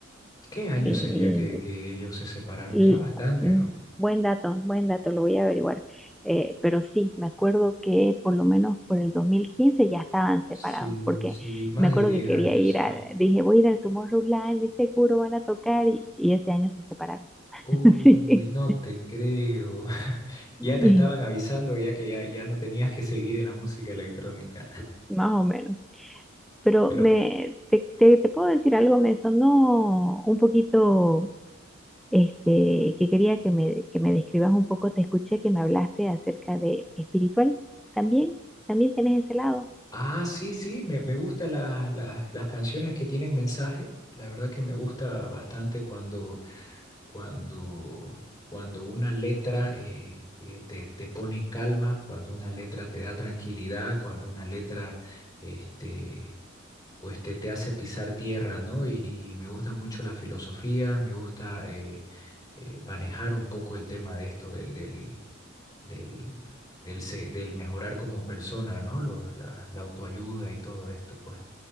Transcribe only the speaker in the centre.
sí,
Y
mm,
buen dato, buen dato, lo voy a averiguar. Eh, pero sí, me acuerdo que por lo menos por el 2015 ya estaban separados,
porque
me acuerdo
que quería
ir
al, dije, voy a ir al Tomorrowland y seguro van a tocar, y, y ese año se separaron.
<laughs>
Sí,
y
más o menos. Pero
me, te, te, te puedo decir algo, me sonó un poquito Este, que quería que me, que me describas un poco, te escuché que me hablaste acerca de espiritual, también, también tenés ese lado,